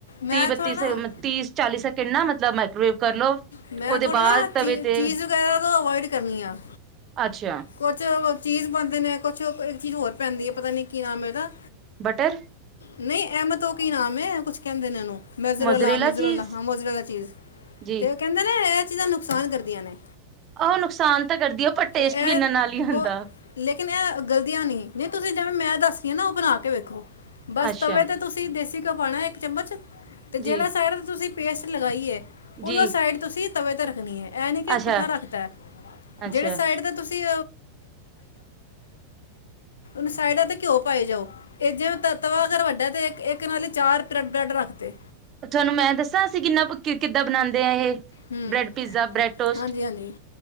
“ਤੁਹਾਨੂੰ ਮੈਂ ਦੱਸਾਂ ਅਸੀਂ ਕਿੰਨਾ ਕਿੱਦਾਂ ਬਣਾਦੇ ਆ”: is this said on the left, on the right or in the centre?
Right